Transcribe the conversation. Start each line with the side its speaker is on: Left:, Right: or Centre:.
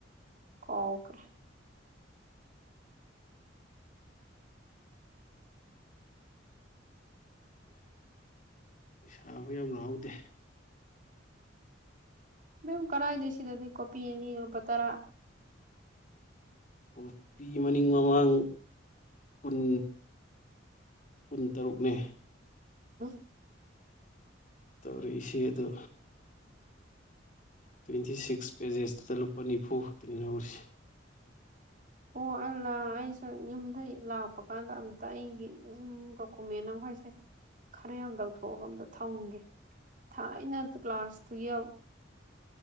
Right: ꯀ ꯐꯔ
Left: ꯄꯩꯁꯥꯕꯨ ꯌꯥꯝ ꯂꯥꯎꯗꯦ
Right: ꯃꯦꯝ ꯀꯔꯥꯏꯗ꯭ꯔꯤ ꯁꯤꯗꯗꯤ ꯀꯣꯄꯤꯤ ꯑꯅꯤ ꯂꯨꯄꯥ ꯇꯔꯥ
Left: ꯀꯣꯄꯤꯤ ꯃꯅꯤꯡ ꯃꯃꯥꯡ ꯀꯨꯟ ꯀꯨꯟꯇꯔꯨꯛꯅꯦ
Right: ꯍ
Left: ꯇꯧꯔꯤ ꯏꯁꯤꯦ ꯑꯗꯨ ꯇ꯭ꯋꯦꯟꯇꯤ ꯁꯤꯛꯁ ꯄꯦꯖꯦꯁꯇꯨꯗ ꯂꯨꯄꯥ ꯅꯤꯐꯨ ꯈꯛꯇꯅꯤ ꯍꯧꯔꯤ
Right: ꯑꯣ ꯑꯂ ꯑꯩꯁꯨ ꯌꯨꯝꯗꯒꯤꯩ ꯂꯥꯛꯄ ꯀꯥꯟꯗ ꯑꯝꯇ ꯑꯩꯒꯤꯨꯝ ꯗꯣꯀꯨꯃꯦꯟ ꯑꯃꯈꯩꯁꯦ ꯈꯔ ꯌꯥꯝ ꯇꯧꯊꯣꯛꯑꯒ ꯑꯝꯇ ꯊꯝꯒꯦ ꯊꯥꯏꯅ ꯀ꯭ꯂꯥꯁ ꯇꯨꯌꯦꯜꯐ